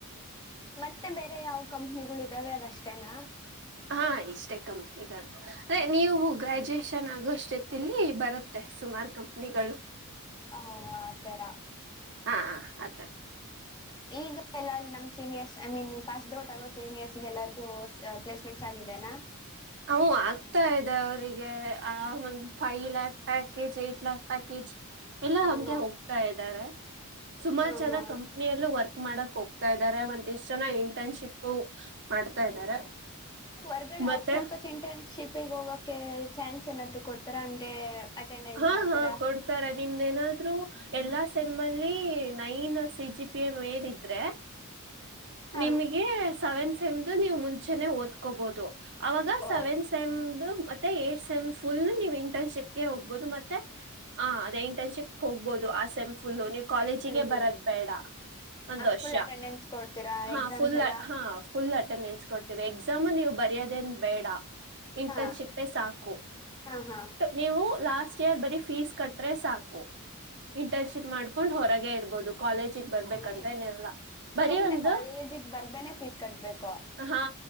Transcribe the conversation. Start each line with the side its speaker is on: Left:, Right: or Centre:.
Left: ಮತ್ತೆ ಬೇರೆ ಯಾವ ಕಂಪನಿಗಳು ಇದಾವೆ ಅದಾಷ್ಟೇನಾ.
Right: ಹಾ ಇಷ್ಟೇ ಕಂಪನಿಗಳು ಅದೇ ನೀವು ಗ್ರಾಜುಯೇಷನ್ ಆಗೋಷ್ಟ್ ಜೊತಲಿ ಬರುತ್ತೆ ಸುಮಾರು ಕಂಪನಿಗಳು.
Left: ಹ ಆತರ
Right: ಹಾ ಆತರ
Left: ಈಗ ಎಲ್ಲಾ ನಮ್ seniors I mean pass out ಆಗೋ ಸೀನಿಯರ್ಸ್ಗೆ ಎಲ್ಲಾರಿಗೂ ಸಮ್ ಪ್ಲೇಸ್ಮೆಂಟ್ಸ್ ಆಗಿದೆನಾ.
Right: ಹ ಆಗ್ತಾ ಇದೆ ಅವರಿಗೆ ಆ ಒಂದು five lakh package eight lakh package ಎಲ್ಲಾ
Left: ಹ
Right: ಹಂಗೆ
Left: ಹಾ
Right: ಹೋಗ್ತಾ ಇದ್ದಾರೆ ಸುಮಾರು
Left: ಹಾ
Right: ಜನ
Left: ಹಾ
Right: ಕಂಪ್ ನ ಎಲ್ಲೂ ವರ್ಕ್ ಮಾಡಕ್ ಹೋಗ್ತಾ ಇದಾರೆ ಒಂದ್ ಇಷ್ಟು ಜನ ಇಂಟರ್ನ್ಶಿಪ್ ಮಾಡ್ತಾ ಇದ್ದಾರೆ
Left: ಹೊರ್ಗಡೆ
Right: ಮತ್ತೆ
Left: ಆಫ್ ಕ್ಯಾಂಪಸ್ ಇಂಟರ್ನ್ಶಿಪ್ಗ್ ಹೋಗಕೆ ಚಾನ್ಸ್ ಏನಾದ್ರು ಕೊಡ್ತಾರ ಅಂದ್ರೆ ಅಟೆಂಡೆನ್ಸ್
Right: ಹಾ
Left: ಆತರ
Right: ಹಾ ಕೊಡ್ತಾರ ನಿಮ್ದ ಏನಾದ್ರು ಎಲ್ಲಾ ಸೆಮ್ಮ್ ಅಲ್ಲಿ ನೈನ್ ಸಿ ಜಿ ಪಿ ಮೇಲಿದ್ರೆ
Left: ಹಾ
Right: ನಿಮಗೆ ಸೆವೆನ್ ಸೆಮ್ದ ನೀವು ಮುಂಚೆನೆ ಓದ ಬಹುದು ಅವಾಗ
Left: ಓ
Right: ಸೆವೆಂತ್ ಸೆಮ್ ಮತ್ತೆ ಏಂಟ ಸೆಮ್ ಫುಲ್ ನೀವು ಇಂಟರ್ನ್ಶಿಪ್ಗೆೋಗ ಹೋಗಬಹದು ಮತ್ತೆ ಹ ಅದೇ ಇಂಟೆನ್ಶಿಪ್ ಹೋಗ್ಬಹುದು ಆ ಸೆಮ್ ಫುಲ್ ನೀವು ಕಾಲೇಜಿಗೆ
Left: ಹ್ಮ್ ಹ್ಮ್
Right: ಬರೋದ ಬೇಡ ಒಂದು ವರ್ಷ
Left: ಫುಲ್ ಅಟೆಂಡೆನ್ಸ್ ಕೊಡ್ತೀರಾ
Right: ಹಾ
Left: ಎಕ್ಸಾಮ್ಸ್
Right: ಫುಲ್
Left: ಎಲ್ಲ
Right: ಹಾ ಫುಲ್ ಅಟೆಂಡೆನ್ಸ್ ಕೊಡ್ತೀವಿ ಎಕ್ಸಾಮು ನೀವು ಬರಿಯೋದೇನ್ ಬೇಡಾ ಇಂಟರ್ನ್ಶಿಪ್
Left: ಹಾ
Right: ಸಾಕು
Left: ಹಾ ಹಾ
Right: ನೀವು ಲಾಸ್ಟ್ ಇಯರ್ ಬರೀ ಫೀಸ್ ಕಟ್ಟ್ರೆ ಸಾಕು ಇಂಟರ್ನ್ಶಿಪ್ ಮಾಡ್ಕೊಂಡು ಹೊರಗೆ ಇರ್ಬೋದು ಕಾಲೇಜಿಗೆ ಬರ್ಬೇಕಂತ
Left: ಹ್ಮ್
Right: ಏನಿಲ್ಲಾ ಬರಿ
Left: ಸುಮ್ನೆ
Right: ಒಂದು
Left: ಕಾಲೇಜಿಗೆ ಬರ್ದೇನೆ ಫೀಸ್ ಕಟ್ಬೇಕು
Right: ಹಾ